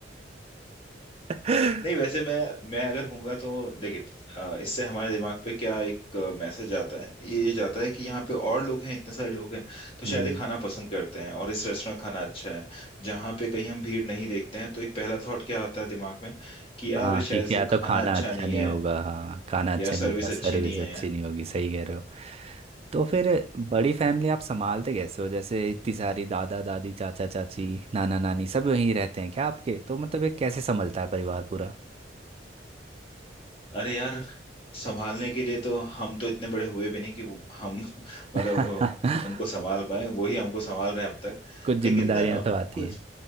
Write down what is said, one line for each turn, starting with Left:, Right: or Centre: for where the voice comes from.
Right: <laughs>
Left: नहीं वैसे
Right: <laughs>
Left: मैं मैं अगर होऊंगा तो देखिए अ, इससे हमारे दिमाग पे क्या एक मैसेज आता है ये जाता है कि यहाँ पे और लोग हैं इतने सारे लोग हैं तो
Right: हम्म
Left: शायद ये खाना पसंद करते हैं और इस रेस्टोरेंट खाना अच्छा है जहाँ पे कहीं हम भीड़ नहीं देखते हैं तो एक पहला थॉट क्या आता है दिमाग में कि यार
Right: हाँ
Left: शायद
Right: क्योंकि
Left: इसका
Right: या तो
Left: खाना
Right: खाना
Left: अच्छा
Right: अच्छा
Left: नहीं
Right: नहीं
Left: है
Right: होगा हाँ खाना अच्छा
Left: या
Right: नहीं
Left: सर्विस
Right: होगा
Left: अच्छी
Right: सर्विस
Left: नहीं है
Right: अच्छी नहीं होगी सही कह रहे हो तो फिर बड़ी फैमिली आप संभालते कैसे हो जैसे इतनी सारी दादा दादी चाचा चाची नाना नानी सब यहीं रहते हैं क्या आपके तो मतलब ये कैसे संभलता है परिवार पूरा
Left: अरे यार संभालने के लिए तो हम तो इतने बड़े हुए भी नहीं कि वो- हम <laughs>
Right: <laughs>
Left: मतलब वो उनको संभाल पाए वही हमको संभाल रहे हैं अब तक
Right: कुछ
Left: लेकिन
Right: जिम्मेदारियां
Left: अ,
Right: तो आती
Left: कुछ
Right: हैं